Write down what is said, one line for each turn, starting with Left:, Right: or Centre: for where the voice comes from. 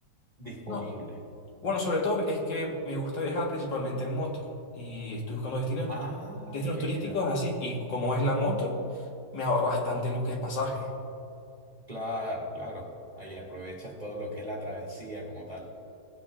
Right: disponible.
Left: No. Bueno, sobre todo es que me gusta viajar principalmente en moto y estoy buscando destinos,
Right: Ah,
Left: destinos
Right: mira,
Left: turísticos así. Y como es la moto, me ahorro bastante en lo que es pasaje.
Right: claro, claro. Ahí aprovechas todo lo que es la travesía como tal.